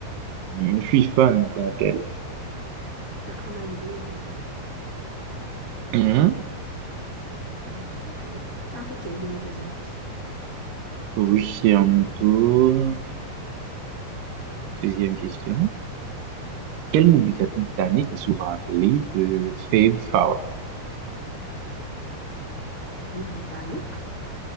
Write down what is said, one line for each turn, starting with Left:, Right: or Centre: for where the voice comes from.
Right: Je suis fan d'Adèle.
Left: T'as quand même doué en musique.
Right: Mhm.
Left: Hmm, ok. À ton tour de me poser une question.
Right: Oui, c'est à mon tour. Deuxième question. Quel mot brit- britannique est souvent appelé de Fab Four?
Left: Ou britannique?